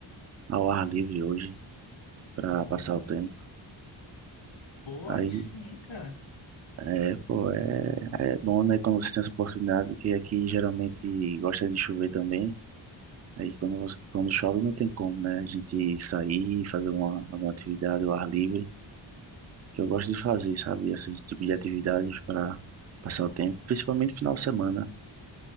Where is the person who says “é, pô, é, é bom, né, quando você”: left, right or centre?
Right